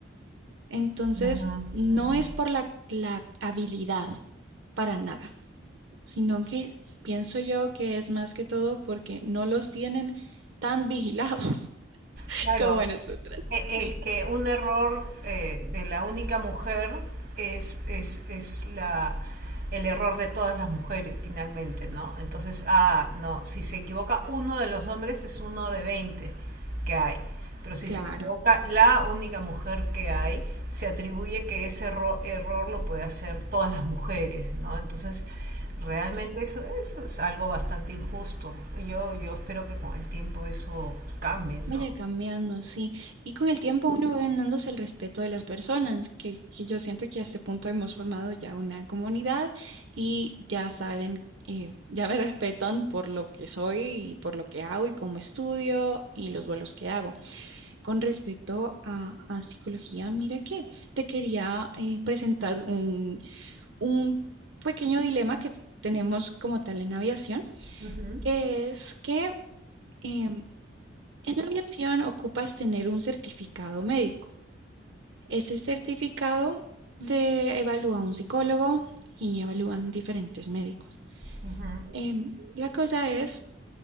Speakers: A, on the right; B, on the right.
A: Entonces,
B: Uh -huh,
A: no
B: uh -huh.
A: es por la, la habilidad, para nada sino que pienso yo que es más que todo porque no los tienen tan vigilados <laughs>
B: Claro,
A: como a nosotras.
B: Eh, Es
A: Sí,
B: que un error eh, de la única mujer es, es, es la, el error de todas las mujeres, finalmente, ¿no? Entonces, ah, no, si se equivoca uno de los hombres es uno de 20 que hay. Pero si
A: claro,
B: se equivoca la única mujer que hay, se atribuye que ese erro- error lo puede hacer todas las mujeres, ¿no? Entonces, realmente
A: sí.
B: eso, eso es algo bastante injusto. Yo, yo espero que con el tiempo eso cambie,
A: Vaya
B: ¿no?
A: cambiando, sí. Y con el tiempo uno va ganándose el respeto de las personas, que, que yo siento que a este punto hemos formado ya una comunidad y ya saben, eh, ya me <laughs> respetan por lo que soy y por lo que hago y cómo estudio y los vuelos que hago. Con respecto a, a psicología, mira que te quería eh, presentar un, un pequeño dilema que tenemos como tal en aviación,
B: Ujú,
A: que es que em, en aviación ocupas tener un certificado médico. Ese certificado te evalúa un psicólogo y evalúan diferentes médicos.
B: ujú.
A: Em, la cosa es